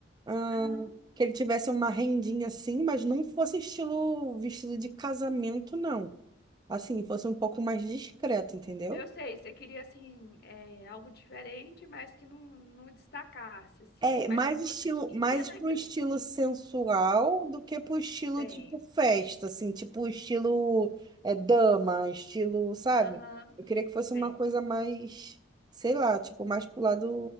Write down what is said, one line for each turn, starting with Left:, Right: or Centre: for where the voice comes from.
Right: Ah,
Left: Aham.
Right: que ele tivesse uma rendinha, assim, mas não fosse estilo vestido de casamento, não. Assim, fosse um pouco mais discreto, entendeu?
Left: Eu sei, você queria, assim, é, algo diferente, mas que não, não destacasse, assim.
Right: É,
Left: Mas
Right: mais
Left: que fosse
Right: estilo,
Left: bonito
Right: mais
Left: e elegante.
Right: pro estilo sensual do que pro estilo
Left: Tenho.
Right: tipo festa, assim, tipo estilo é, dama, estilo, sabe?
Left: Aham,
Right: Eu queria que fosse
Left: sei.
Right: uma coisa mais, sei lá, tipo, mais pro lado